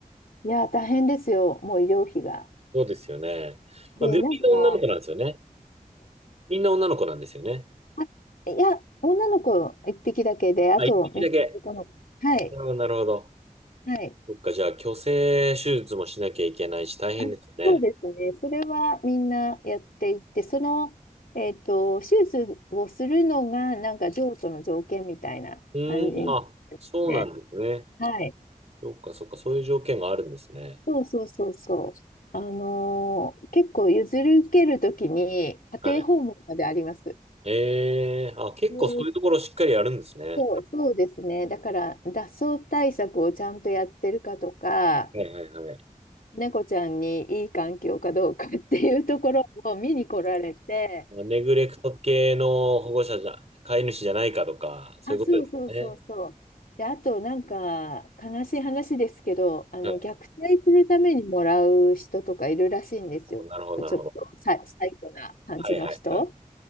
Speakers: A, on the left; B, on the right.
A: いや、大変ですよ、もう医療費が。
B: そうですよね。
A: で、
B: まあ、みみんな女の子なんですよね。
A: なんか、
B: みんな女の子なんですよね。
A: あ、いや、女の子一匹だけで、あと、
B: あ、一匹だけ。
A: みんな男の子。はい、
B: なるほど、なるほど。
A: はい。
B: そっか、じゃあ、去勢手術もしなきゃいけないし、大変ですよね。
A: あそうですね、それはみんなやっていて、その、えっと、手術をするのが、なんか、譲渡の条件みたいな感じ
B: うーん、あ、
A: ですね。
B: そうなんですね。
A: はい。
B: そっかそっか、そういう条件があるんですね。
A: そうそうそうそう。あのー結構譲り受けるときに、家庭訪問まであります。
B: はい。ええあ、結構そういうところしっかりやるんですね。
A: でそう、そうですね。だから、脱走対策をちゃんとやってるかとか、
B: はいはいはい。
A: 猫ちゃんにいい環境かどうかっていうところを見に来られて、
B: ネグレクト系の保護者じゃ、飼い主じゃないかとか、そういうことですね。
A: あ、そうそうそうそう。で、あと、なんか、悲しい話ですけど、あの、
B: はい、
A: 虐待するためにもらう人とかいるらしいんですよ。
B: なるほど、なるほど。
A: ちょっとサ、サイコな感じの人。
B: はいはいはい。